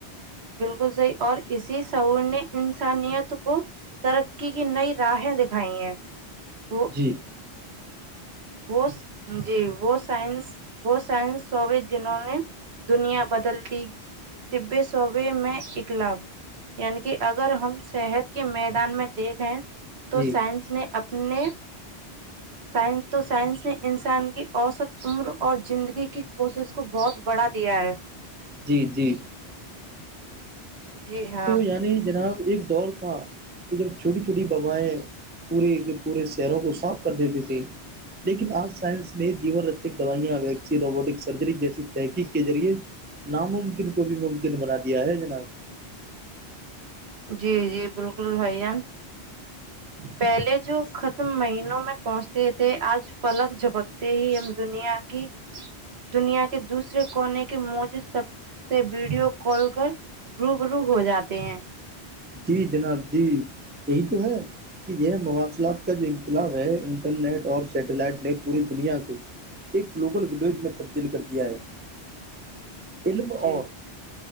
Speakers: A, on the right (about 70°); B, on the right (about 15°).
A: بالکل صحیح اور اسی سہور نے انسانیت کو ترقی کی نئی راہیں دکھائی ہیں وہ
B: جی
A: وہ جی وہ سائنس وہ سائنس ہووگ جنہوں نے دنیا بدلتی طبے صوبے میں اکلاب یعنی کہ اگر ہم صحت کے میدان میں دیکھیں تو
B: جی
A: سائنس نے اپنے سائنس تو سائنس نے انسان کی اوسط عمر اور زندگی کی کوشش کو بہت بڑھا دیا ہے
B: جی جی
A: جی ہاں
B: تو یعنی جناب ایک دور تھا کہ جب چھوٹی چھوٹی بائیں پورے کے پورے شہروں کو صاف کر دیتی تھی لیکن آج سائنس نے جیون رچک دوائیاں ویکسی روبوٹکس سر جیسی تحقیق کے ذریعے ناممکن کو بھی ممکن بنا دیا ہے جناب
A: جی جی بالکل بھائی جان پہلے جو ختم مہینوں میں پہنچتے تھے آج پلک جھپک ہی ہم دنیا کی دنیا کے دوسرے کونے کی موج سب سے ویڈیو کال کر روب رو ہو جاتے ہیں
B: جی جناب جی یہی تو ہے یہ مواصلات کا جو انقلاب ہے انٹرنیٹ اور سیٹلائٹ نے پوری دنیا کو ایک گلوبل ولج میں تبدیل کر دیا ہے علم
A: جی
B: اور